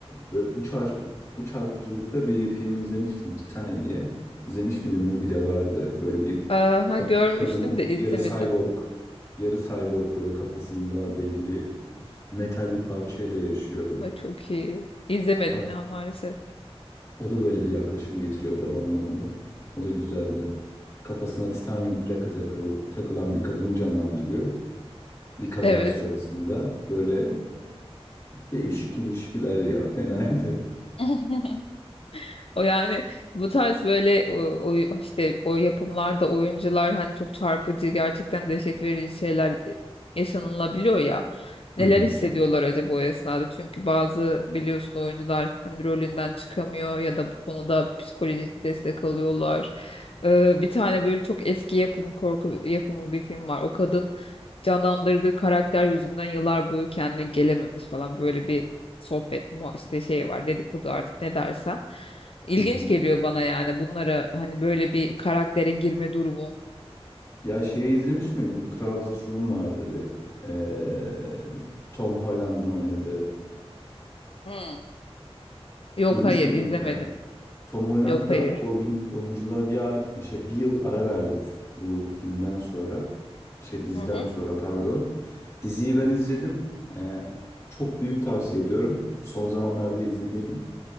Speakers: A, on the left; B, on the left.
A: böyle bu çarpı, bu çarpıcılıkta bir film izlemiştim Titane diye. İzlemiş miydin? Mubi'de vardı. Böyle bir
B: Aha,
A: ka-
B: görmüştüm
A: kadın
B: de izlemedim.
A: yarı cyborg, yarı cyborg böyle kafasında belli metal bir parçayla yaşıyordu.
B: Ay, çok iyi. İzlemedim
A: Hat,
B: ya maalesef.
A: o da böyle bir yaklaşım getiriyordu o anlamda. O da güzeldi. Kafasına titanyum plaka takıl- takılan bir kadını canlandırıyor. Bir kaza
B: Evet.
A: sonrasında böyle değişik ilişkiler ya fenaydı.
B: <laughs> O yani bu tarz böyle o, o- işte o yapımlarda oyuncular hani çok çarpıcı gerçekten dehşet verici şeyler e, yaşanılabiliyor ya.
A: Hı
B: Neler
A: hı.
B: hissediyorlar acaba o esnada? Çünkü bazı biliyorsun oyuncular hani rolünden çıkamıyor ya da bu konuda psikolojik destek alıyorlar. Ee, bir tane böyle çok eski yapım korku yapımı bir film var. O kadın canlandırdığı karakter yüzünden yıllar boyu kendine gelememiş falan böyle bir sohbet mu işte şey var dedikodu artık ne dersen. İlginç
A: Hı hı.
B: geliyor bana yani bunlara hani böyle bir karaktere girme durumu.
A: Ya şeyi izlemiş miydin? Crowded Room vardı bir. Ee, Tom Holland'ın oynadığı.
B: Hmm. Yok
A: Duymuş
B: hayır
A: muydun
B: izlemedim.
A: mu da? Tom Holland
B: Yok
A: da
B: hayır.
A: oyun, oyunculuğa bir ay, şey, bir yıl ara verdi bu, bu filmden sonra. Şey diziden
B: Hı hı.
A: sonra pardon. Diziyi ben izledim. Ee, çok büyük tavsiye ediyorum. Son zamanlarda izlediğim